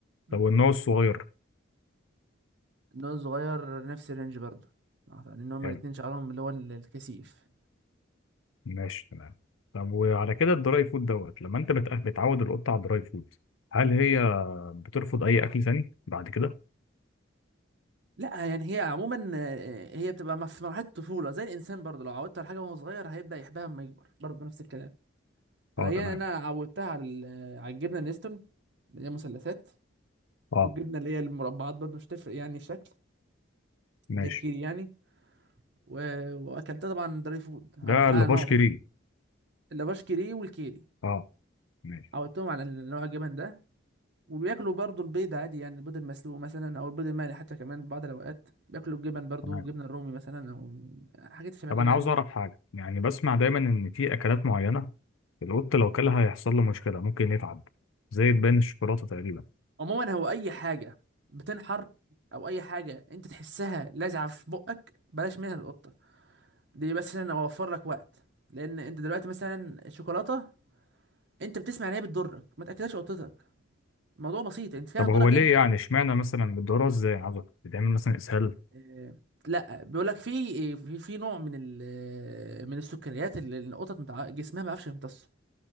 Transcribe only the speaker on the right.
امم
النوع الصغير نفس الرينج برضه يعني ان هما
الاتنين شعرهم اللي هو الكثيف
لا يعني هي عموما آه، هي بتبقى مف- في مرحله الطفوله زي الانسان برضه لو عودت على حاجه وهو صغير هيبدا يحبها لما يكبر برضه نفس الكلام فهي
انا عودتها على ال- آه، على الجبنه النستون اللي هي مثلثات
والجبنه اللي هي المربعات برضه مش تفرق يعني الشكل
اللي هي الكيري يعني و... واكلتها طبعا دراي فود عودتها
على نوع
معين اللافاش كيري والكيري
عودتهم على إن نوع الجبن ده وبياكلوا برضه البيض عادي يعني البيض المسلوق مثلا او البيض المقلي حتى كمان في بعض الاوقات بياكلوا الجبن برضه
جبنه الرومي مثلا او حاجات شبه
كده
يعني
عموما هو اي حاجه بتنحر او اي حاجه انت تحسها لازعه في بقك بلاش منها القطه دي بس عشان اوفر لك وقت لان انت دلوقتي مثلا الشوكولاته انت بتسمع ان هي بتضرك ما تاكلهاش قطتك الموضوع بسيط انت فيها
تضرك
انت
آه، لا بيقول لك في في في نوع من ال من السكريات اللي القطط متع... جسمها ما بيعرفش يمتصه